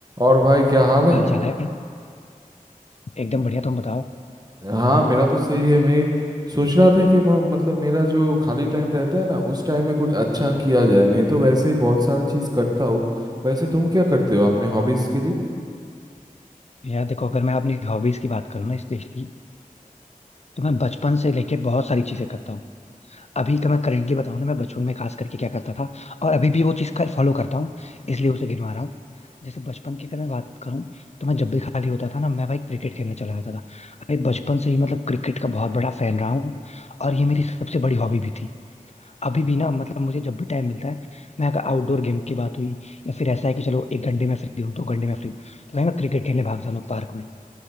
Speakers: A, on the right; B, on the left.
A: और भाई क्या हाल है
B: हाल चाल है एकदम बढ़िया तुम बताओ
A: हाँ मेरा तो सही है मैं सोच रहा था कि म, मतलब मेरा जो खाली टाइम रहता है ना उस टाइम में कुछ अच्छा किया जाए मैं तो वैसे ही बहुत सारी चीज़ करता हूँ वैसे तुम क्या करते हो अपने हॉबीज़ के लिए
B: यार देखो अगर मैं अपनी हॉबीज की बात करूँ ना स्पेशली तो मैं बचपन से लेके बहुत सारी चीजें करता हूँ अभी का मैं करेंटली बताऊँ ना मैं बचपन में खास करके क्या करता था और अभी भी वो चीज कर फॉलो करता हूँ इसलिए उसे गिनवा रहा हूँ जैसे बचपन की अगर मैं बात करूँ तो मैं जब भी खाली होता था ना मैं भाई क्रिकेट खेलने चला जाता था भाई बचपन से ही मतलब क्रिकेट का बहुत बड़ा फैन रहा हूँ और ये मेरी सबसे बड़ी हॉबी भी थी अभी भी ना मतलब मुझे जब भी टाइम मिलता है मैं अगर आउटडोर गेम की बात हुई या फिर ऐसा है कि चलो एक घंटे में फ्री हूँ दो घंटे में फ्री हूँ तो भाई मैं क्रिकेट खेलने भाग जाता हूँ पार्क में